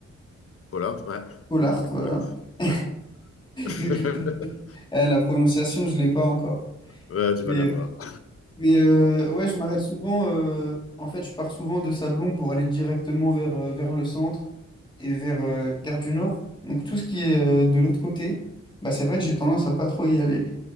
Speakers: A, on the left; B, on the left.
A: Voilà, ouais,
B: Pollard,
A: oui, exact.
B: voilà. <laughs>
A: Ouais. <laughs>
B: Donc, je- je- euh, la prononciation, je l'ai pas encore.
A: Ouais, tu
B: Mais,
A: vas la voir.
B: euh, mais, euh, ouais, je m'arrête souvent. euh, en fait, je pars souvent de Sablon pour aller directement vers, euh, vers le centre et vers euh, Gare du Nord. Donc, tout ce qui est euh, de l'autre côté, bah, c'est vrai que j'ai tendance à pas trop y aller.